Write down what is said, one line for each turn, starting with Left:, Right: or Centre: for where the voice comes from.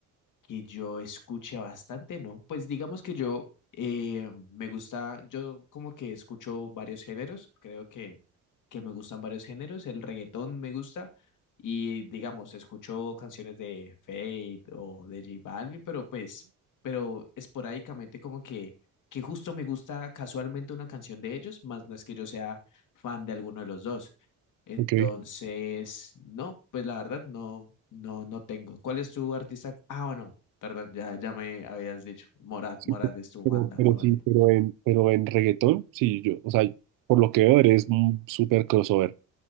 Left: que yo escuche bastante, ¿no? Pues digamos que yo eh, me gusta, yo como que escucho varios géneros, creo que, que me gustan varios géneros, el reggaetón me gusta y digamos, escucho canciones de Fate o de J Balvin, pero pues, pero esporádicamente como que, que justo me gusta casualmente una canción de ellos, más no es que yo sea fan de alguno de los dos. Entonces,
Right: Ok,
Left: no, pues la verdad no, no, no tengo. ¿Cuál es tu artista? Ah, bueno, Perdón, ya, ya me habías dicho. Morat,
Right: sí,
Left: Morat
Right: pe-
Left: es tu
Right: pero,
Left: banda
Right: pero
Left: favorita.
Right: sí, pero en, pero en reggaetón, sí, yo, o sea, por lo que veo eres un súper crossover.